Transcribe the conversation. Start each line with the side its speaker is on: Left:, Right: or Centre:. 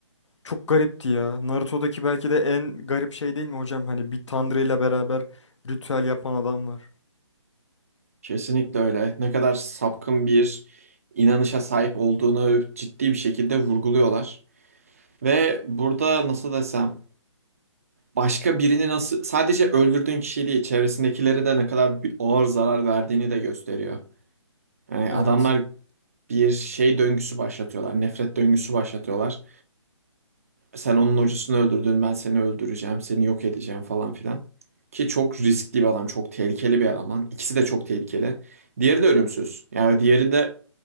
Left: Çok garipti ya. Naruto'daki belki de en garip şey değil mi hocam? Hani bir tanrı ile beraber ritüel yapan adam var.
Right: Kesinlikle öyle. Ne kadar sapkın bir inanışa sahip olduğunu ciddi bir şekilde vurguluyorlar. Ve burada nasıl desem başka birini nasıl sadece öldürdüğün kişi değil çevresindekilere de ne kadar bir ağır zarar verdiğini de gösteriyor. Yani
Left: Evet.
Right: adamlar bir şey döngüsü başlatıyorlar. Nefret döngüsü başlatıyorlar. Sen onun hocasını öldürdün, ben seni öldüreceğim, seni yok edeceğim falan filan. Ki çok riskli bir adam, çok tehlikeli bir eleman. İkisi de çok tehlikeli. Diğeri de ölümsüz. Yani diğeri de